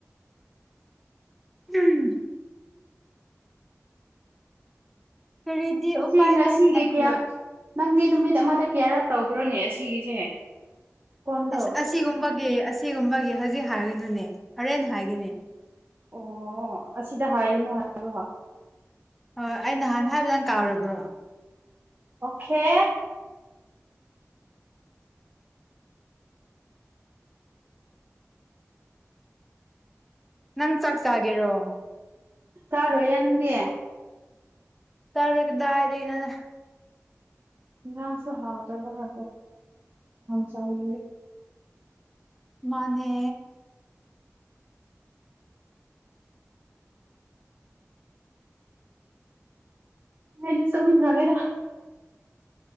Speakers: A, in the centre; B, on the right (about 40°).
A: ꯎꯝ ꯀꯔꯤꯗꯤ
B: ꯑꯁꯤꯁꯦꯡ
A: ꯎꯄꯥꯏ
B: ꯉꯁꯤꯒ
A: ꯂꯩ ꯅꯠꯇ꯭ꯔꯣ
B: ꯀꯌꯥ ꯅꯪ ꯗꯤ ꯅꯨꯃꯤꯠ ꯑꯃꯗ ꯀꯦꯌꯥꯔ ꯇꯧꯕ꯭ꯔꯣꯅꯦ ꯑꯁꯤꯒꯤꯁꯦ ꯀꯣꯟꯗꯣ
A: ꯑꯁ ꯑꯁꯤꯒꯨꯝꯕꯒꯤ ꯑꯁꯤꯒꯨꯝꯕꯒꯤ ꯍꯧꯖꯤꯛ ꯍꯥꯏꯔꯤꯅꯨꯅꯦ ꯍꯣꯔꯦꯟ ꯍꯥꯏꯒꯅꯦ
B: ꯑꯣ ꯑꯁꯤꯗ ꯍꯥꯏꯒꯅꯨ ꯍꯥꯏꯔꯣꯑꯣ
A: ꯍꯣꯏ ꯑꯩ ꯅꯍꯥꯟ ꯍꯥꯏꯕꯗꯪ ꯀꯥꯎꯔꯕ꯭ꯔꯣ
B: ꯑꯣꯀꯦ
A: ꯅꯪ ꯆꯥꯛ ꯆꯥꯒꯦꯔꯣ
B: ꯆꯥꯔꯣꯏꯌꯦꯦ ꯅꯪꯗꯤ
A: ꯆꯔꯔꯗꯥꯑꯗ ꯏꯅꯗ
B: ꯉꯁꯨꯍꯥꯎꯗ ꯀꯅꯥ ꯆꯕꯤ
A: ꯃꯅꯦ
B: ꯃꯗꯤ ꯁꯗ꯭ꯔꯒꯦꯗ